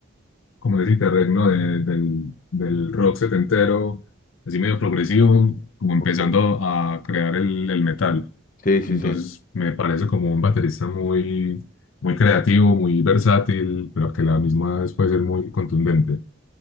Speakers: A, on the left; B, on the left.
A: como decirte, regno del, del rock setentero, así medio progresivo, como empezando
B: Ok,
A: a crear el, el metal.
B: sí, sí,
A: Entonces
B: sí,
A: me parece como un baterista muy, muy creativo, muy versátil, pero que a la misma vez puede ser muy contundente.